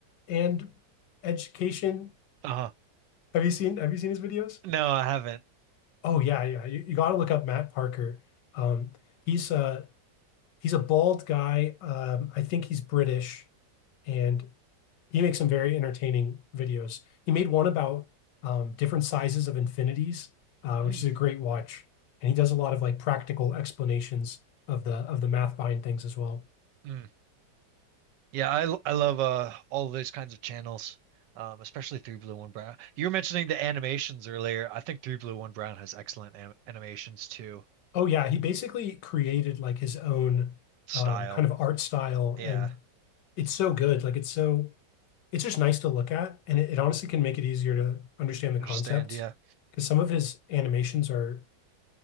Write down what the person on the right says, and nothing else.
Uh-huh.
No, I haven't.
Mm.
Mm. Yeah, I I love uh all those kinds of channels, um, especially Three Blue One Brown. You were mentioning the animations earlier. I think Three Blue One Brown has excellent anim animations too.
Style,
yeah,
understand,
yeah,